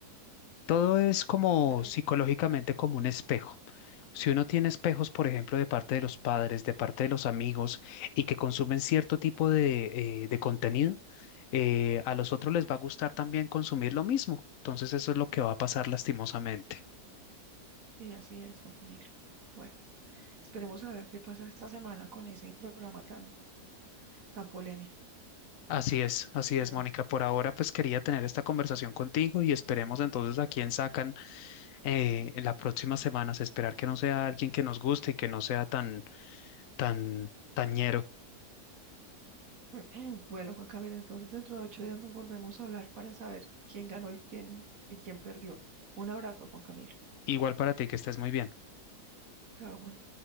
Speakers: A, on the left; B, on the right.
A: Todo es como
B: Tremendo.
A: psicológicamente como un espejo. Si uno tiene espejos, por ejemplo, de parte de los padres, de parte de los amigos, y que consumen cierto tipo de, eh, de contenido, eh, a los otros les va a gustar también consumir lo mismo. Entonces eso es lo que va a pasar lastimosamente.
B: Y así es, Juan Camilo. Bueno. Esperemos a ver qué pasa esta semana con ese programa tan, tan polémico.
A: Así es, así
B: tremendo.
A: es, Mónica. Por ahora, pues quería tener esta conversación contigo y esperemos entonces a quién sacan eh, en las próximas semanas. Esperar que no sea alguien que nos guste y que no sea tan, tan, tañero.
B: <laughs> Bueno, Juan Camilo, entonces dentro de ocho días nos volvemos a hablar para saber quién ganó y quién, y quién perdió. Un abrazo, Juan Camilo.
A: Igual para ti, que estés muy bien.
B: Chao, Juan.